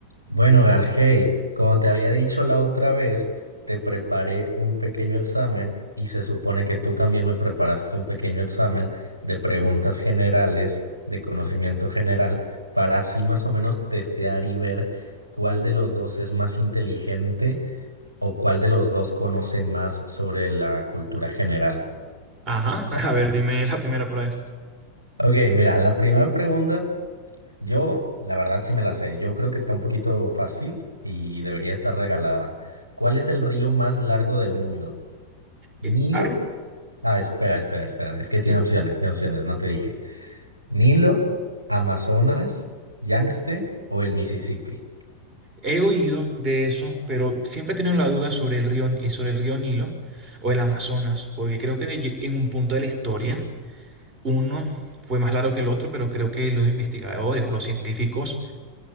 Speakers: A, on the right; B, on the right.
A: Bueno, Gargey, como te había dicho la otra vez, te preparé un pequeño examen y se supone que tú también me preparaste un pequeño examen de preguntas generales, de conocimiento general, para así más o menos testear y ver cuál de los dos es más inteligente o cuál de los dos conoce más sobre la cultura general.
B: Ajá,
A: Está-
B: <laughs> a ver, dime la primera por ahí.
A: Ok, mira, la primera pregunta. Yo, la verdad, sí me la sé. Yo creo que está un poquito fácil y debería estar regalada. ¿Cuál es el río más largo del mundo? ¿Nilo?
B: Eh, ah,
A: Ah, espera, espera, espera. Es que tiene
B: sí.
A: opciones, tiene opciones, no te dije. ¿Nilo, Amazonas, Yangtze o el Mississippi?
B: He oído de eso, pero siempre he tenido la duda sobre el río, eh, sobre el río Nilo o el Amazonas, porque creo que lle- en un punto de la historia uno fue más largo que el otro, pero creo que los investigadores o los científicos